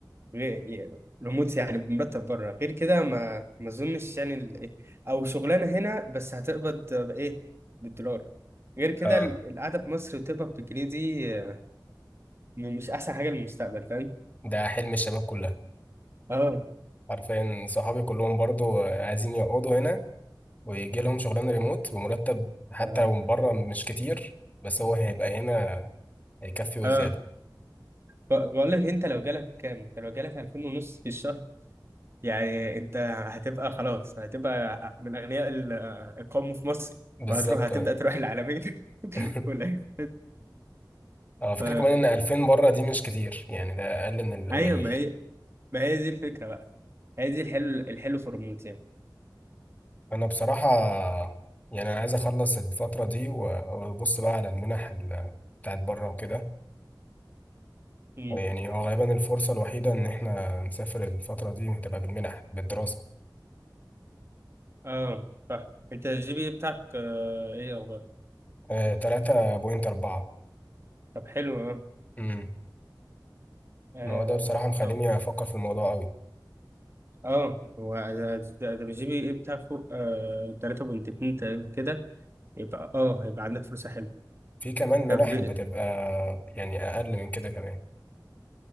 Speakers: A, on the right; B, on the left.
A: غير ريموت يعني بمرتب بره غير كده ما ما اظنش يعني ال- او شغلانه هنا بس هتقبض بايه بالدولار غير كده
B: اه
A: ال- القعده في مصر وتقبض بالجنيه دي اه، مش احسن حاجه للمستقبل فاهم
B: ده حلم الشباب كلها
A: اه
B: حرفيا صحابي كلهم برضو عايزين يقعدوا هنا ويجي لهم شغلانه ريموت بمرتب حتى
A: اه
B: لو من بره مش كتير بس هو هيبقى هنا هيكفي وزياده
A: اه ب- بقول لك انت لو جالك كام انت لو جالك 2000 ونص في الشهر يعني انت هتبقى خلاص هتبقى من اغنياء ال- القوم في مصر
B: بالظبط
A: وهتروح هتبدا
B: اه
A: تروح العالمين
B: <laughs>
A: <laughs> ولا
B: على فكره
A: ف...
B: كمان ان 2000 بره دي مش كتير يعني ده اقل من القليل
A: ايوه ما هي ما هي دي الفكره بقى هي دي الحلو الحلو في الريموت يعني
B: انا بصراحه يعني انا عايز اخلص الفتره دي و- وابص بقى على المنح ال- بتاعت بره وكده
A: مم.
B: يعني هو غالبا الفرصه الوحيده ان احنا نسافر الفتره دي هتبقى بالمنح بالدراسه
A: اه صح انت الجي بي إيه بتاعك آه ايه اخبار
B: آه، 3.4
A: طب حلو اه
B: امم
A: اه
B: ما هو ده بصراحه مخليني
A: طب-
B: افكر في الموضوع قوي
A: اه، هو ده ده- ده الجي بي ايه بتاع فوق آه 3.2 تقريبا كده يبقى اه هيبقى عندك فرصه حلوه
B: في كمان
A: طب
B: منح بتبقى يعني اقل من كده كمان